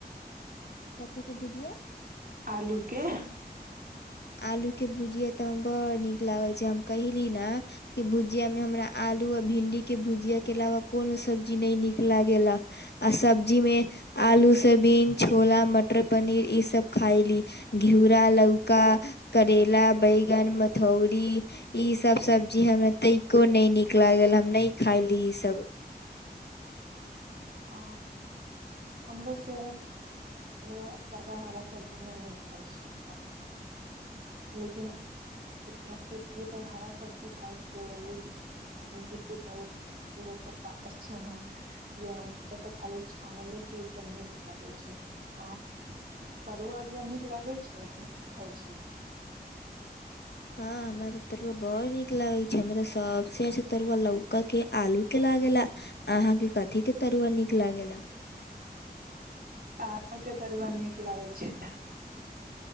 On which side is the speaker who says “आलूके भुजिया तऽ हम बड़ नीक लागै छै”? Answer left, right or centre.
Left